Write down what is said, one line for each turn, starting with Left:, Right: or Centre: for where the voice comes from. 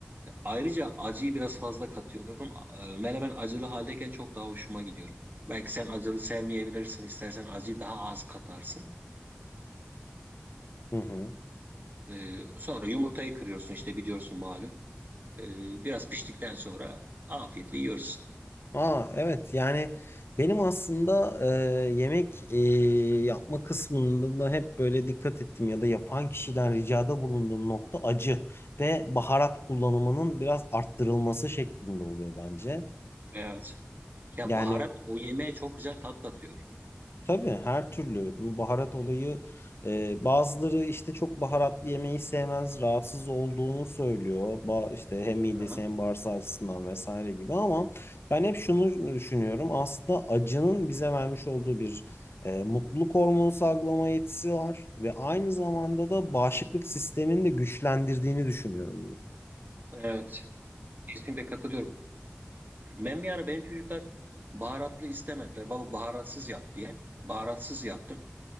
Right: Ayrıca acıyı biraz fazla katıyorum. E, Menemen acılı haldeyken çok daha hoşuma gidiyor. Belki sen acılı sevmeyebilirsin. İstersen acıyı daha az katarsın.
Left: Hı hı.
Right: E, sonra yumurtayı kırıyorsun işte biliyorsun malum. E, biraz piştikten sonra afiyetle yiyorsun.
Left: Aa evet yani benim aslında e, yemek e, yapma kısmında da hep böyle dikkat ettim ya da yapan kişiden ricada bulunduğum nokta acı ve baharat kullanımının biraz arttırılması şeklinde oluyor bence.
Right: Evet. Ya
Left: Yani
Right: baharat o yemeğe çok güzel tat katıyor.
Left: tabii her türlü bu baharat olayı e, bazıları işte çok baharatlı yemeği sevmez, rahatsız olduğunu söylüyor. Ba işte hem midesi
Right: Aha.
Left: hem bağırsağı açısından vesaire gibi ama ben hep şunu düşünüyorum. Aslında acının bize vermiş olduğu bir e, mutluluk hormonu salgılama yetisi var ve aynı zamanda da bağışıklık sistemini de güçlendirdiğini düşünüyorum bunu.
Right: Evet. Kesinlikle katılıyorum. Ben bir ara benim çocuklar baharatlı istemediler. Baba baharatsız yap diye. Baharatsız yaptım.